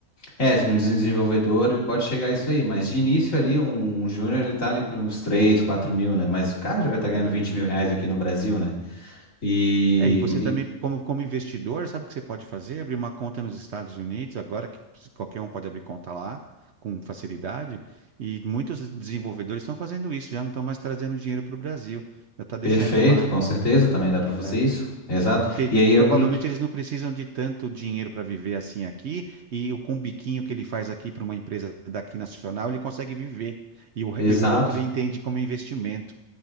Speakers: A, on the left (about 65°); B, on the right (about 65°).
A: É, um desenvolvedor, ele pode chegar a isso
B: É,
A: aí, mas de início ali,
B: é.
A: um, um júnior, ele tá ali para uns 3 4 mil, né? Mas o cara já vai estar
B: Ah,
A: ganhando 20 mil reais
B: tá.
A: aqui no Brasil, né? E,
B: É, e você
A: e-
B: também, como, como investidor, sabe o que você pode fazer? Abrir uma conta nos Estados Unidos, agora que qualquer um pode abrir conta lá com facilidade, e muitos desenvolvedores estão fazendo isso, já não estão mais trazendo dinheiro para o Brasil, já está deixando
A: perfeito,
B: lá,
A: com certeza, também dá para fazer
B: né?
A: isso. Exato.
B: Porque
A: E aí
B: provavelmente
A: é aquilo.
B: eles não precisam de tanto dinheiro para viver assim aqui, e o com o biquinho que ele faz aqui para uma empresa daqui nacional, ele consegue viver. E o,
A: Exato,
B: e o outro ele entende como investimento,